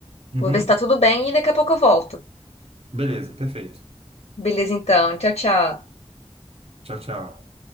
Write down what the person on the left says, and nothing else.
Vou ver se tá tudo bem e daqui a pouco eu volto.
Beleza, então. Tchau, tchau.